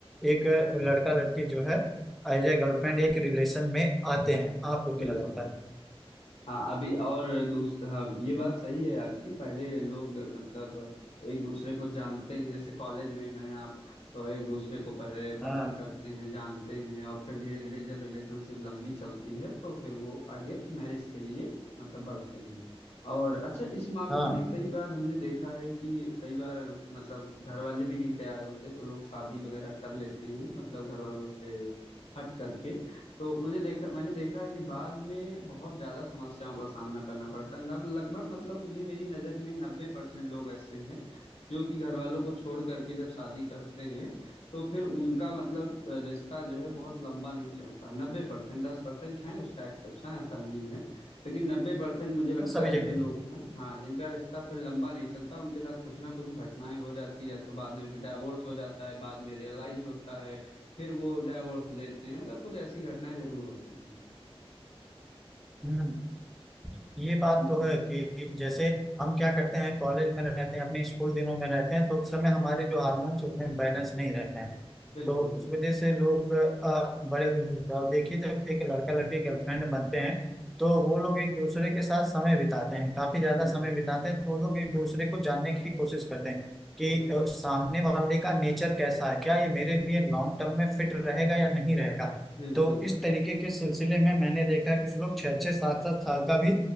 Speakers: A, in the centre; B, on the left.
A: एक लड़का लड़की जो है एज ए गर्लफ्रेंड एक रिलेशन में आते हैं आपको क्या
B: बिल्कुल
A: लगता है
B: हाँ अभी और दूस हाँ ये बात सही है आपकी पहले लोग मतलब एक दूसरे को जानते हैं जैसे कॉलेज में हैं आप तो एक दूसरे को पहले पसंद
A: हाँ
B: करते हैं जानते हैं और फिर धीरे धीरे जब रिलेशनशिप लंबी चलती है तो फिर वो आगे मैरिज के लिए मतलब बढ़ते हैं और अच्छा इस मामले
A: हाँ
B: में कई बार हमने देखा है कि कई बार मतलब घर वाले भी नहीं तैयार होते तो लोग शादी वगैरह कर लेते हैं मतलब घर वालों से हट करके तो मुझे देखा मैंने देखा है कि बाद में बहुत ज्यादा समस्याओं का सामना करना पड़ता है नब- लगभग मतलब मुझे मेरी नजर में नब्बे परसेंट लोग ऐसे हैं जो कि घर वालों को छोड़ करके जब शादी करते हैं तो फिर उनका मतलब अ, रिश्ता जो है बहुत लंबा नहीं चलता नब्बे परसेंट दस परसेंट है उसका एक्सेप्शन ऐसा नहीं है लेकिन नब्बे परसेंट मुझे लगता
A: सभी
B: है
A: जगह
B: ऐसे लोग हैं हाँ जिनका रिश्ता फिर लंबा नहीं चलता उनके साथ कुछ ना कुछ घटनाएं हो जाती है या तो बाद में फिर डाइवोर्स हो जाता है बाद में रियलाइज होता है फिर वो डाइवोर्स देते हैं मतलब कुछ ऐसी घटनाएं जरूर होती हैं
A: हम्म ये बात
B: जी
A: तो है कि जैसे हम क्या करते हैं कॉलेज में रहते हैं अपने स्कूल दिनों में रहते हैं तो उस समय हमारे जो हार्मोन्स उतने बैलेंस नहीं रहते हैं
B: बिल्कुल
A: तो उस वजह से लोग अ, बड़े और देखिए जब एक लड़का लड़की गर्लफ्रेंड बनते हैं तो वो लोग एक दूसरे के साथ समय बिताते हैं काफी ज्यादा
B: बिल्कुल
A: समय बिताते हैं तो वो लोग एक दूसरे को जानने की कोशिश करते हैं कि
B: बिल्कुल
A: अ, सामने वाले का नेचर कैसा है क्या ये मेरे लिए लॉन्ग टर्म में फिट रहेगा या नहीं रहेगा
B: बिल्कुल
A: तो
B: बिल्कुल
A: इस तरीके के सिलसिले में मैंने देखा है कुछ लोग छः छः सात सात साल का भी